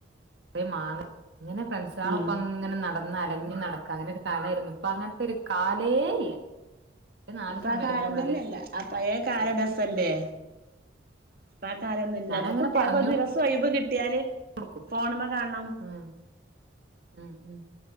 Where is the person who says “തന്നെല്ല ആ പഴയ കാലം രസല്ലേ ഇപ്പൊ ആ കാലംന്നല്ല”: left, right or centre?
Right